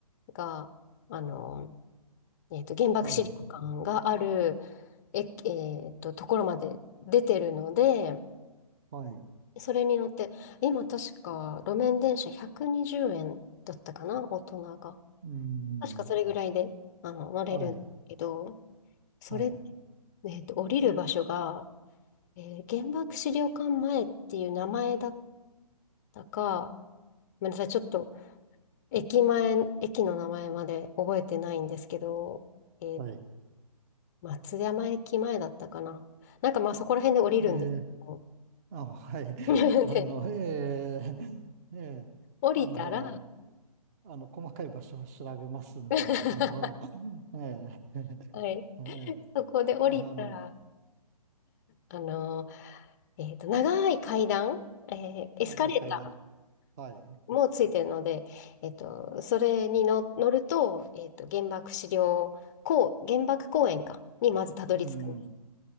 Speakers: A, on the left (about 25°); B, on the right (about 25°).
A: が、あの、えっと、原爆資料館がある、
B: はい、
A: え、えっと、ところまで出てるので、
B: はい、
A: それに乗って、今確か路面電車120円だったかな、大人が。
B: うん、
A: 確かそれぐらいで、あの、乗れるんだけど、
B: はい、
A: それで、
B: はい、
A: えっと、降りる場所が、えー原爆資料館前っていう名前だったか、ごめんなさい、ちょっと駅前、駅の名前まで覚えてないんですけど、えっ
B: はい。
A: 松山駅前だったかな。なんかまあそこら辺で降りるんですけど。
B: えーあ、はい。
A: <laughs>
B: <laughs> あの、
A: で、
B: ええええあの、
A: 降りたら <laughs>
B: あの、細かい場所は調べますんで、
A: は
B: あの、<laughs> ええ <laughs>
A: い。
B: ええ
A: そこで降りたら、
B: あの、
A: あのー、えっと、長い階段、えーエスカレータ
B: 長い階段。はい。
A: ーもついてるので、えっと、それにの乗ると、えっと、原爆資料公、原爆公園か、にまずたどり着くんです。
B: うん、